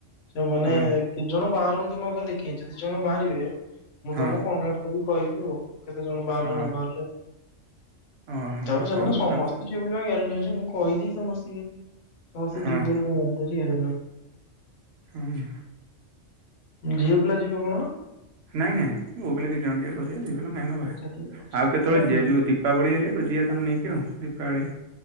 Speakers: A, on the left; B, on the right.
A: ସେ ମାନେ
B: ହଁ
A: କେତେ ଜଣ ବାହାରନ୍ତୁ ମୁଁ ଆଗ ଦେଖେ ଦି ଜଣ ବାହାରିବେ। ମୁଁ
B: ହଁ
A: ତମକୁ କଣ୍ଟାକ୍ଟ କରିକି କହିବି ଆଉ। କେତେ ଜଣ ବାହାରିଲେ
B: ଅ
A: ନ ବାହାରିଲେ
B: ଓହୋ
A: <unintelligible> ସେମାନେ
B: ହଉ ତୁ
A: ସମସ୍ତେ।
B: ତା
A: ଯିବେ ବୋଲି ଗ୍ୟାରେଣ୍ଟ ଅଛି ମୁଁ କହିଦେଇ ସମସ୍ତିଙ୍କି ସମସ୍ତେ
B: ହଁ
A: ଯିବେ ବୋଲି ହଉଛି ଗ୍ୟାରେଣ୍ଟର।
B: ହୁଁ।
A: ଝିଅ ପିଲା ଯିବେ କଣ?
B: ନାଇଁ ନାଇଁ ପୁଅ ପିଲା କେତେ ଜଣ ଯିବେ କରିବେ ଝିଅ ପିଲା କାଇଁ ନବା
A: ଆଚ୍ଛା ଠିକ୍ ଅଛି।
B: ଆଉ କେତେବେଳେ
A: ହଉ ତାହେଲେ
B: ଦିଆ
A: ଠିକ୍
B: ଯାଉ
A: ଅଛି।
B: ଯୋଉ ଦିପ୍ ଦୀପାବଳି ହେଲେ ଯିବା ତାଙ୍କୁ ନେଇକି ଆଉ କଣ ଦୀପାବଳି